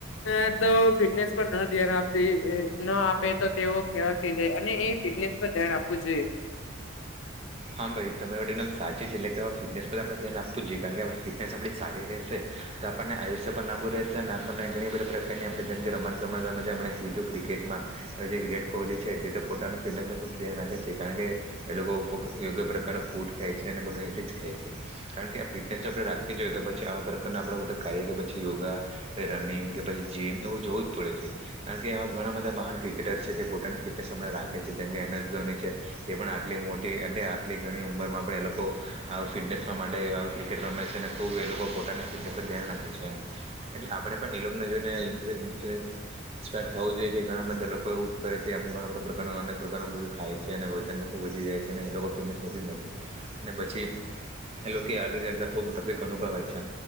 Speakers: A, on the left (about 80°); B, on the right (about 30°).
A: અ તો ફીટ નેસ પર ન ધ્યાન આપતી એ ન આપે તો તેઓ કેવા થઈ જાય અને એ ફિટનેસ પર ધ્યાન આપવું જો એ.
B: હા ભઈ, તમારી વાત એકદમ સાચી છે. એટલે કે ફિટનેસ પર આપણે ધ્યાન આપવું જોઈએ. કારણ કે આપળે ફિટનેસ આપણી સારી રહેશે તો આપણને આયુષ્ય પણ લાંબુ રહેશે અને આપણને ઘણી બધી પ્રકારની આપળે જેમકે રમત ગમત, તમે જે હમણાં કીધું ક્રિ કેટમા જે વિરાટ કોહલી છે તે તો પોતાનું ફિટનેસનું ખુબ ધ્યાન રાખે છે. કારણ કે એ લોકો યોગ્ય પ્રકારનું ફૂડ ખાય છે અને બધું હેલ્ધી જ ખાય છે. કારણ કે, આ ફિટનેસ જો આપણે રાખવી જોઈએ તો પ છી આવા પ્રકારના આપળા બધા કાર્ય કે પછી યોગા કે રનિંગ કે પછી જીમ એવું જવું જ પડે છે. કાર ણ કે એવા ઘણા બધા મહાન ક્રિકેટર છે તે પોતાની ફિટનેસ હમણા રાખે છે. જેમ કે એમએસ ધોની છે તે પણ આટલી મોટી એ ને આટલી ઘણી ઉંમરમાં પણ એ લોકો અ ફિટનેસના માટે અ ક્રિકેટ રમે છે અને ખુબ એ લોકો પોતાને ફિટનેસનું ધ્યાન રાખે છે એમ. એટલે આપડે પણ એ લોકને જોઈ ઈન્ફ ઈન્ફ્લુ ઇન્સ્પાયર થવું જોઈએ કે ઘણા બધા લોકો એવું કરે છે એમ ઘણા બધા પ્રકારનો અનેક પ્રકારનો બધું ખાય છે અને વજન ખૂબ વધી જાય છે ને એ લોકો ફિટનેસ હોતી નથી અને પછી એ લોકે આગળ જાતા ખુબ તફલીક અનુભવાય છે.